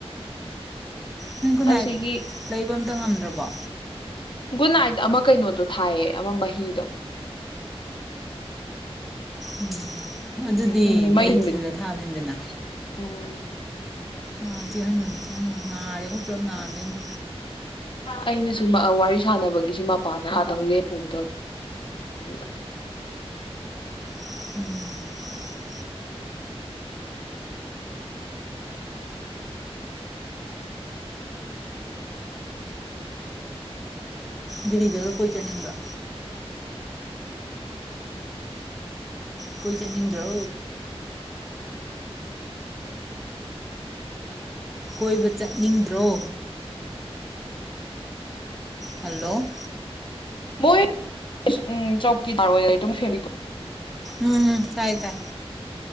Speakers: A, in the centre; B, on the left.
A: ꯅꯣꯏ ꯈꯨꯟꯅꯥꯏ
B: ꯑꯁꯤꯒꯤ
A: ꯂꯩꯕ ꯑꯝꯇ ꯉꯝꯗ꯭ꯔꯕꯣ
B: ꯒꯨꯠ ꯅꯥꯏꯠ ꯑꯃ ꯀꯩꯅꯣꯗꯣ ꯊꯥꯏꯌꯦ ꯑꯃ ꯃꯍꯤꯗꯣ
A: ꯎꯝ ꯑꯗꯨꯗꯤ
B: ꯎꯝ
A: ꯃꯩ
B: ꯍꯟꯕꯤꯗꯣ
A: ꯊꯤꯜꯂ ꯊꯥꯕꯅꯤꯗꯅ
B: ꯎꯝ
A: ꯑꯣ ꯆꯤꯛꯍꯟꯒꯅꯨ ꯆꯤꯛꯍꯟꯒꯅꯨ ꯅꯥꯔꯦ ꯑꯩꯈꯣꯏ ꯄꯨꯜꯂꯞ ꯅꯥꯗꯣꯏꯅꯤ
B: ꯑꯩꯅꯁꯨ ꯋꯥꯔꯤ ꯁꯥꯟꯅꯕꯒꯤꯁꯤ ꯃꯄꯥꯟꯗ ꯉꯍꯥꯛꯇꯪ ꯂꯦꯞꯄꯨꯒꯗꯧꯅꯤ ꯑꯗꯨꯗ
A: ꯎꯝ ꯗꯤꯂꯤꯒ ꯀꯣꯏ ꯆꯠꯅꯤꯡꯗ꯭ꯔꯣ ꯀꯣꯏ ꯆꯠꯅꯤꯡꯗ꯭ꯔꯣ ꯀꯣꯏꯕ ꯆꯠꯅꯤꯡꯗ꯭ꯔꯣ ꯍꯜꯂꯣ
B: ꯃꯣꯏ ꯎꯝ ꯆꯧꯀꯤꯗꯥꯔ ꯑꯣꯏ ꯐꯦꯃꯦ
A: ꯎꯝ ꯇꯥꯏ ꯇꯥꯏ